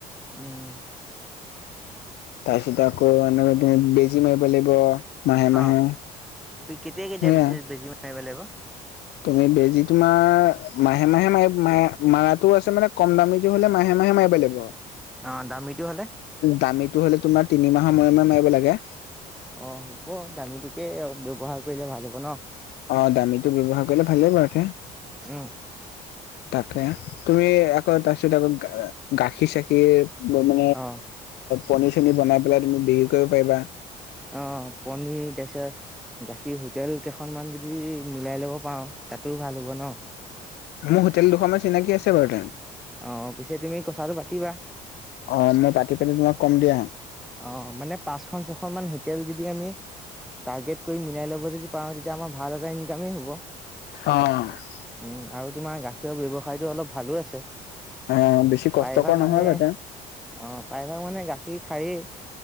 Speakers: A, in the centre; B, on the left (about 60°).
A: উমঁ!
B: তাৰপিছতে আকৌ এনেকে তুমি বেজি মাৰিব লাগিব। মাহে মাহে
A: অঁ কেতিয়া কেতিয়া
B: সেয়া
A: পিছে বেজি মাৰিব লাগিব।
B: তুমি বেজী তোমাৰ মাহে মাহে মা মা মাৰটো আছে মানে কম দামীত- সেইটো হ'লে মাহে মাহে মাৰিব লাগিব।
A: অঁ দামীটো হ'লে -
B: দামীটো হ'লে তোমাৰ তিনিমাহৰ মুৰে মুৰে মাৰিব লাগে।
A: অঁ হ'ব দামীটোকে অঁ ব্যৱহাৰ কৰিলে ভাল হ'ব ন।
B: অঁ দামীটো ব্যৱহাৰ কৰিলে ভালেই বাৰুকে
A: উমঁ!
B: তাকে তুমি আকৌ তাৰপিছত আকৌ গাখীৰ চাখীৰ- মম
A: অ'।
B: পনী চনী বনাই পেলাই তুমি বিক্ৰী কৰিব পাৰিবা।
A: অঁ পনীৰ তাপিছত- গাখীৰ হোটেল কেইখনমান যদি মিলাই ল'ব পাৰ তাতো ভাল হ'ব ন।
B: মোৰ হোটেল দুখ মান চিনাকি আছে বাৰু তাত।
A: অঁ পিছে তুমি কথাটো পাতিবা।
B: অঁ মই পাতি পেলে তোমাক কম দিয়া।
A: অঁ মানে পাঁচখন ছখন মান হোটেল যদি আমি- টাৰ্গেট কৰি মিলাই ল'ব যদি প তেতিয়া আমাৰ ভাল এটা ইনকামেই হ'ব।
B: অঁ অঁ!
A: উমঁ আৰু তোমাৰ গাখীৰৰ ব্যৱসায়টো অলপ ভালো আছে।
B: অ বেছি কষ্টকৰ
A: প্ৰায়ভাগ মানে
B: নহয় বাৰু
A: অঁ প্ৰায়ভাগ মানুহেই গাখীৰ খায়েই।